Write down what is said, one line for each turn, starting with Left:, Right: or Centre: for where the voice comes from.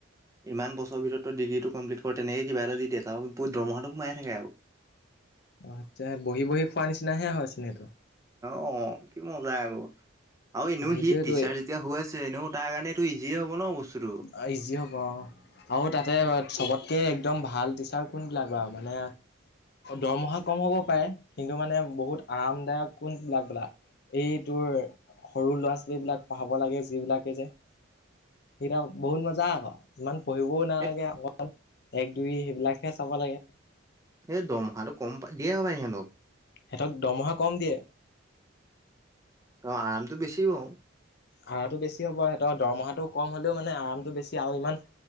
Right: ইমান বছৰ ভিতৰতো ডিগ্ৰীটো কমপ্লিট কৰ তেনেকে কিবা এটা দি দিয়ে আৰু তাৰ দৰমহাটো সোমাই থাকে আকৌ
Left: অ আচ্ছা বহি বহি খোৱা নিচিনা হে হয় চোন সেইটো
Right: অ কি মজা আকৌ আৰু এনেও
Left: সেইটোৱেতো
Right: সি টিচাৰ যেতিয়া হৈ আছে এনেও তাৰ কাৰণে এইটো ইজিয়ে হব ন বস্তুটো
Left: অ ইজি হ'ব অ আৰু তাতে চবতকে একদম ভাল টিচাৰ কোনবিলাক বাও মানে দৰমহা কম হ'ব পাৰে কিন্তু মানে বহুত আৰামদায়ক কোন বিলাক বেলা এই তোৰ সৰু ল'ৰা ছোৱালী বিলাক পঢ়াব লাগে যে যিবিলাকে যে সেইকেইটা বহুত মজা আকৌ ইমান পঢ়িবও নালাগে
Right: এ
Left: অকল এক দুই সেইবিলাকহে চাব লাগে
Right: এই দমহাটো কম পাই দিয়ে হপাই সিহঁতক
Left: সেতক দৰমহা কম দিয়ে
Right: অ আৰামতো বেছি বাও
Left: ভাড়াতো বেছি হ'ব সেতৰ দৰমহাটো কম হ'লেও মানে আৰামতো বেছি আৰু ইমান